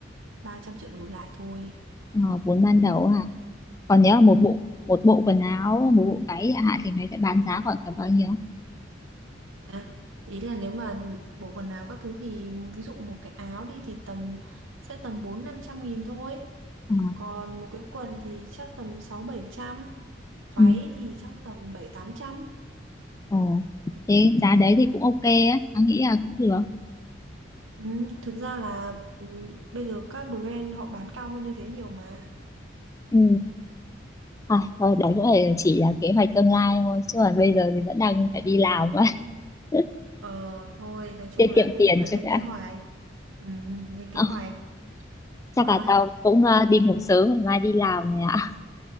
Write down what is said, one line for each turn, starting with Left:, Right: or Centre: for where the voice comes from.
Right: 300 triệu đổ lại thôi
Left: Ờ, vốn ban đầu hả? còn nếu một
Right: Ừ.
Left: bộ một bộ quần áo một bộ váy chẳng hạn thì mấy cái bán giá khoảng tầm bao nhiêu
Right: À, ý là nếu mà bộ quần áo các thứ thì ví dụ một cái áo đi thì tầm sẽ tầm bốn năm trăm nghìn thôi
Left: Ờ,
Right: còn một cái quần thì chắc tầm sáu bảy trăm váy
Left: ừ.
Right: thì chắc tầm bảy tám trăm
Left: Ồ. thế giá đấy thì cũng ok á tao nghĩ là cũng được
Right: ừ, thực ra là ừ, bây giờ các brand họ bán cao hơn như thế nhiều mà
Left: ừ. à, thôi đấy cũng là chỉ là kế hoạch tương lai thôi chứ còn bây giờ thì vẫn đang phải đi làm mà <laughs>
Right: ờ thôi nói chung
Left: tiết
Right: là
Left: kiệm
Right: cũng
Left: tiền
Right: phải
Left: trước
Right: lên
Left: đã
Right: kế hoạch ừ, lên kế
Left: Ờ,
Right: hoạch
Left: chắc
Right: rồi
Left: là tao cũng ờ, đi ngủ sớm ngày mai đi làm này ạ